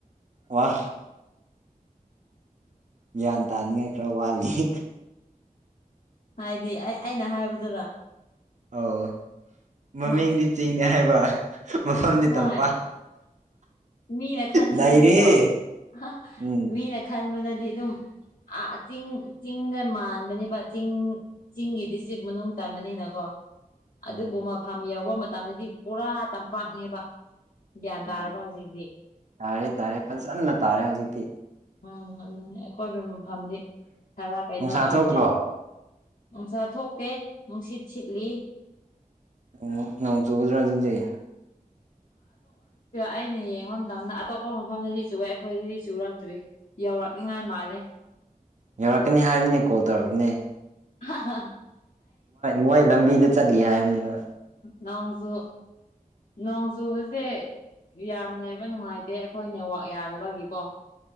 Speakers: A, on the right; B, on the left.
A: ꯋꯥ ꯒ꯭ꯌꯥꯟ ꯇꯥꯅꯤꯡꯉꯥꯏ ꯈꯔ ꯋꯥꯠꯂꯤ
B: ꯍꯥꯏꯗꯤ ꯑꯩ ꯑꯩꯅ ꯍꯥꯏꯕꯗꯨꯔ
A: ꯑꯧ ꯃꯃꯤꯡꯗꯤ
B: ꯍꯣꯏ
A: ꯆꯤꯡꯅꯦ ꯍꯥꯏꯕ ꯃꯐꯝꯗꯤ
B: ꯍꯣꯏ
A: ꯇꯝꯄꯥꯛ
B: ꯃꯤꯅ ꯈꯟꯕꯗꯗꯤꯀꯣ
A: ꯅꯩꯔꯦꯍꯦ
B: <unintelligible>
A: ꯎꯝ
B: ꯃꯤꯅ ꯈꯟꯕꯅꯗꯤ ꯑꯗꯨꯝ ꯑ ꯆꯤꯡ ꯆꯤꯡꯗ ꯃꯥꯟꯕꯅꯦꯕ ꯆꯤꯡ ꯆꯤꯡꯒꯤ
A: ꯎꯝ
B: ꯗꯤꯁꯇ꯭ꯔꯤꯛ ꯃꯅꯨꯡ ꯆꯟꯕꯅꯤꯅꯀꯣ
A: ꯑꯣ
B: ꯑꯗꯨꯕꯨ ꯃꯐꯝ ꯌꯥꯎꯕ ꯇꯝꯗꯗꯤ ꯄꯨꯔꯥ ꯇꯝꯄꯥꯛꯅꯦꯕ ꯒ꯭ꯌꯥꯟ ꯇꯥꯔꯕ
A: ꯎꯝ
B: ꯍꯧꯖꯤꯛꯇꯤ
A: ꯇꯥꯔꯦ ꯇꯥꯔꯦ ꯐꯖꯅ ꯇꯥꯔꯦ ꯍꯧꯖꯤꯛꯇꯤ
B: ꯎꯝ ꯑꯗꯨꯅꯦ ꯑꯩꯈꯣꯏꯒꯤ ꯃꯐꯝꯗꯤ ꯈꯔ ꯀꯩꯅꯣ
A: ꯅꯨꯡꯁꯥ
B: ꯇꯧꯕꯅꯦ
A: ꯊꯣꯛꯇ꯭ꯔꯣ
B: ꯅꯨꯡꯁꯥ ꯊꯣꯛꯇꯦ ꯅꯨꯡꯁꯤꯠ ꯁꯤꯠꯂꯤ
A: ꯑꯣ ꯅꯣꯡ ꯆꯨꯒꯗ꯭ꯔꯥ ꯑꯗꯨꯗꯤ
B: ꯑꯩꯅ ꯌꯦꯡꯕ ꯃꯇꯝꯗ ꯑꯇꯣꯞꯄ ꯃꯐꯝꯗꯗꯤ ꯆꯨꯦ ꯑꯩꯈꯣꯏꯗꯗꯤ ꯆꯨꯔꯛꯇ꯭ꯔꯤ ꯌꯧꯔꯛꯅꯤꯉꯥꯏ ꯃꯥꯜꯂꯦ
A: ꯌꯧꯔꯛꯀꯅꯤ ꯍꯥꯏꯕꯅꯤ ꯀꯣꯜ ꯇꯧꯔꯛꯀꯅꯤ
B: ꯍ ꯍ
A: ꯃꯣꯏ ꯂꯝꯕꯤꯗ ꯆꯠꯂꯤ ꯍꯥꯏꯕꯅꯦꯕ
B: ꯅꯣꯡꯖꯨ ꯅꯣꯡꯖꯨꯕꯁꯦ ꯌꯥꯝ ꯂꯩꯕ ꯅꯨꯡꯉꯥꯏꯇꯦ ꯑꯩꯈꯣꯏ ꯅꯦꯋꯥꯛ ꯌꯥꯗꯕꯒꯤꯀꯣ